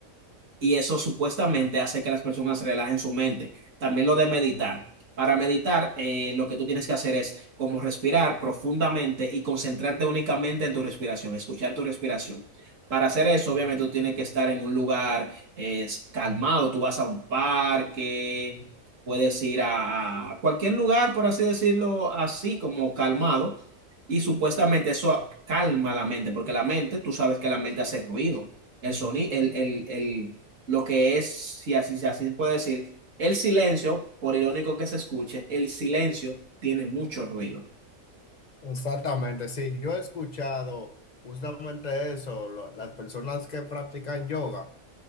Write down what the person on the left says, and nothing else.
Exactamente, sí. Yo he escuchado justamente eso, lo- las personas que practican yoga.